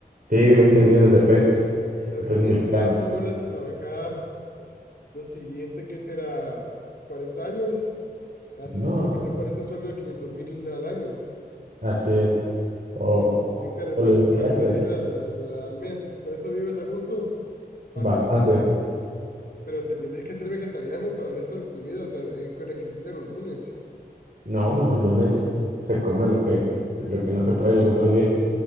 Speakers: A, on the right (about 55°); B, on the left (about 65°).
A: sí, 20 millones de pesos,
B: Te administras,
A: de pesos mexicanos.
B: no vuelves a trabajar Lo siguiente que será 40 años, haces
A: No,
B: como que te pones un sueldo de 500 mil al año.
A: así es. O,
B: Ahí,
A: o,
B: ahí te repartes
A: o lo inviertes
B: 40 mil al, al- al mes. Con eso vives a gusto, fácil.
A: bastante.
B: Pero te tendrías que ser vegetariano para el resto de tu vida, o sea, eh, con excepción de los lunes.
A: No, pues los lunes se come lo que, lo que no se puede los otros días.